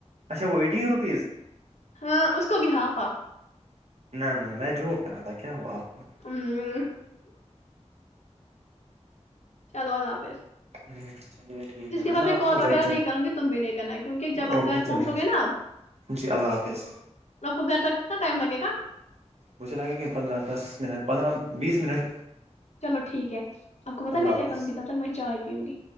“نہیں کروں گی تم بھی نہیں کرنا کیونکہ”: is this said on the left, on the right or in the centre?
Left